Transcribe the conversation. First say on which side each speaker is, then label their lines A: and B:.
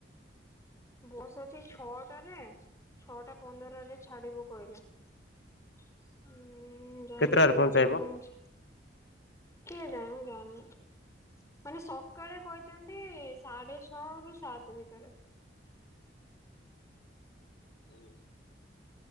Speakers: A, on the left; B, on the left.
A: ବସ୍ ଅଛି ଛଅଟାରେ ଛଅଟା ପନ୍ଦରରେ ଛାଡିବୁ କହିଲେ ହଁ ଯାଇି
B: କେତେଟାରେ
A: ସେ
B: ପହଞ୍ଚାଇବ
A: ଭିତରେ ପହଞ୍ଚ କେ ଜାଣି ମୁଁ ଯାଣିନେ ମାନେ ସକାଳେ କହିଛନ୍ତି, ସାଢେ ଛଅ ରୁ ସାତ ଭିତରେ
B: ହୁଁ।